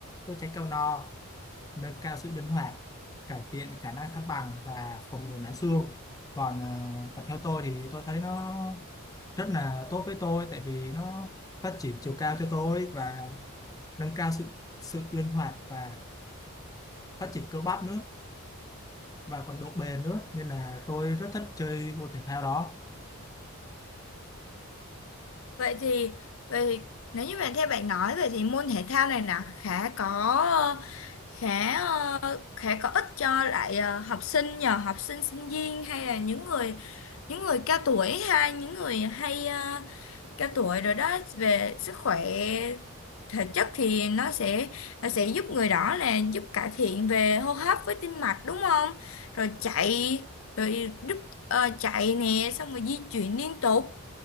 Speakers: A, on the left; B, on the left.
A: đốt cháy cao no nâng cao sự linh hoạt cải thiện khả năng thăng bằng và phòng ngừa loãng xương còn ờ, còn theo tôi thì tôi thấy nó rất là tốt với tôi tại vì nó phát triển chiều cao cho tôi và nâng cao sự sự linh hoạt và phát triển cơ bắp nữa và còn độ bền nữa nên là tôi rất thích chơi môn thể thao đó
B: vậy thì vậy thì nếu như bạn theo bạn nói vậy thì môn thể thao này là khá có khá ờ, khá có ích cho lại ờ, học sinh nhờ học sinh sinh viên hay là những người những người cao tuổi hay những người hay ờ, cả tuổi rồi đó về sức khỏe thể chất thì nó sẽ nó sẽ giúp người đó là giúp cải thiện về hô hấp với tim mạch đúng không rồi chạy rồi giúp ờ, chạy nè xong rồi di chuyển liên tục